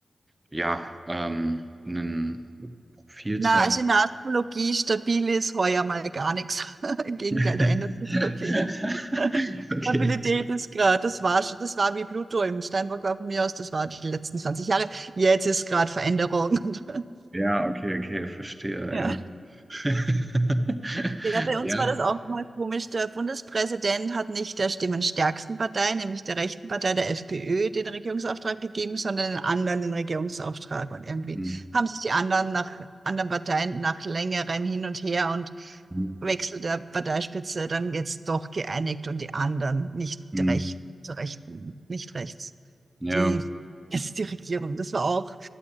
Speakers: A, on the right; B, on the right.
A: ja, ähm, einen Profil
B: Na,
A: zeigt
B: also in der Astrologie stabil ist heuer mal gar nichts. <laughs> Im Gegenteil,
A: <laughs>
B: da ändert sich so viel. <laughs>
A: Okay.
B: Stabilität ist gerade, das war schon, das war wie Pluto im Steinbock war von mir aus, das war die letzten 20 Jahre. Jetzt ist gerade Veränderung. <laughs> Und,
A: Ja, okay, okay, verstehe,
B: ja.
A: ja. <laughs>
B: Ja, bei
A: Ja.
B: uns war das auch mal komisch. Der Bundespräsident hat nicht der stimmenstärksten Partei, nämlich der rechten Partei, der FPÖ, den Regierungsauftrag gegeben, sondern den anderen den Regierungsauftrag. Und irgendwie
A: Mhm.
B: haben sich die anderen nach anderen Parteien nach längerem Hin und Her und
A: Mhm.
B: Wechsel der Parteispitze dann jetzt doch geeinigt und die anderen nicht
A: Mhm.
B: recht, zu rechten, nicht rechts.
A: Ja.
B: Die jetzt die Regierung. Das war auch,